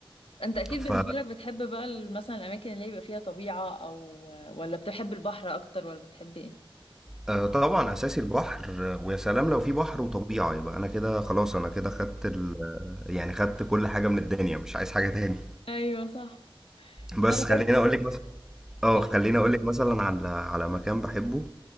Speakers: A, on the left; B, in the centre.
A: انت اكيد
B: ف
A: بالنسبة لك بتحب بقى ال- مثلا الاماكن اللي يبقى فيها طبيعة او ولا بتحب البحر اكتر ولا بتحب ايه
B: آه، طبعا اساسي البحر آه، ويا سلام لو في بحر وطبيعه يبقى انا كده خلاص انا كده خدت ال... يعني خدت كل حاجه من الدنيا مش عايز حاجه تاني
A: ايوه صح
B: بس
A: انا
B: خليني
A: برضو
B: اقول لك اه
A: آه.
B: خليني اقول لك مثلا على على مكان بحبه